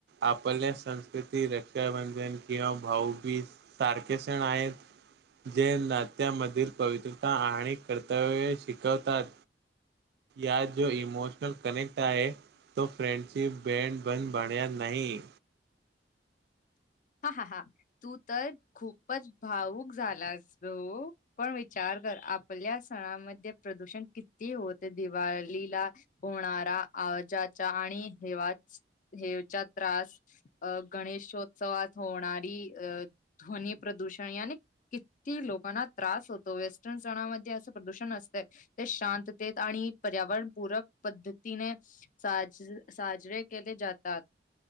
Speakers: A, on the right; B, on the left.
A: आपल्या संस्कृती रक्षाबंधन किंवा भाऊबीज सारखे सण आहेत जे नात्यामधील पवित्रता आणि कर्तव्य शिकवतात या जो इमोशनल कनेक्ट आहे तो फ्रेंडशिप बँड बंद बड्या नाही
B: हा हा हा तू तर खूपच भाऊुक झालास ग पण विचार कर आपल्या सणामध्ये प्रदूषण किती होत दिवाळीला होणारा आवाजाचा आणि हेवा्हाच हेवचा त्रास अ गणेशोत्सवात होणारी अ ध्वनी प्रदूषण या किती लोकांना त्रास होतो वेस्टर्न सणामध्ये असं प्रदूषण असतं ते शांततेत आणि पर्यावरणपूरक पद्धतीने साज साजरे केले जातात